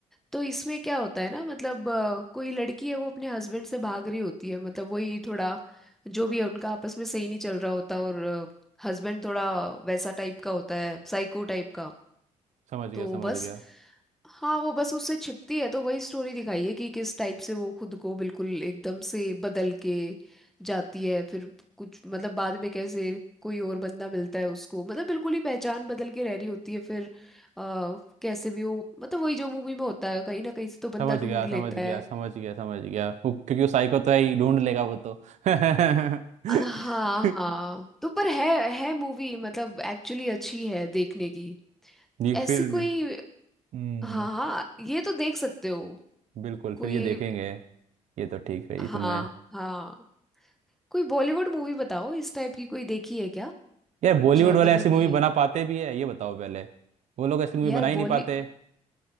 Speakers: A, in the centre; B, on the right.
A: तो इसमें क्या होता है ना मतलब अ, कोई लड़की है वो अपने हस्बैंड से भाग रही होती है मतलब वही थोड़ा जो भी है उनका आपस में सही नहीं चल रहा होता और हस्बैंड थोड़ा वैसा टाइप का होता है साइको टाइप का
B: समझ गया
A: तो
B: समझ
A: बस
B: गया
A: हाँ वो बस उससे छिपती है तो वही स्टोरी दिखाई है कि किस टाइप से वो खुद को बिल्कुल एकदम से बदल के जाती है फिर कुछ मतलब बाद में कैसे कोई और बंदा मिलता है उसको मतलब बिल्कुल ही पहचान बदल के रह रही होती है फिर आ, कैसे भी हो मतलब वही जो मूवी में होता है कहीं ना कहीं से तो बंदा
B: समझ
A: ढूंढ
B: गया
A: लेता
B: समझ गया
A: है
B: समझ गया समझ गया वो क्योंकि वो साइको तो है ही ढूंढ लेगा वो तो <laughs>
A: हाँ
B: ये
A: हाँ तो पर है है मूवी मतलब एक्चुअली अच्छी है देखने की
B: ये
A: ऐसी
B: फिर
A: कोई
B: हम्म
A: हाँ हाँ ये तो देख सकते हो
B: बिल्कुल
A: कोई
B: फिर ये देखेंगे ये तो ठीक है
A: हाँ
B: ये तुमने
A: हाँ कोई बॉलीवुड मूवी बताओ इस टाइप की कोई देखी है क्या
B: यार बॉलीवुड
A: जो मतलब
B: वाले ऐसी मूवी
A: यही
B: बना पाते भी है ये बताओ पहले वो लोग ऐसी मूवी
A: यार
B: बना ही नहीं
A: बॉली
B: पाते